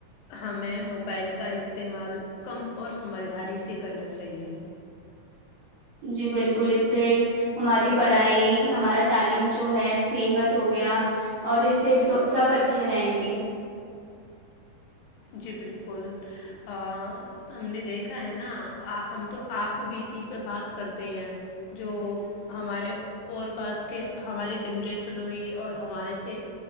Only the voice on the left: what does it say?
ہمیں موبائل کا استعمال کم اور سمجھداری سے کرنا چاہیے
جی بالکل ہم نے دیکھا ہے نا ہم تو آپ بیتی پہ بات کرتے ہیں جو ہمارے اور پاس کہ ہماری جنریشن ہوئی اور ہمارے سے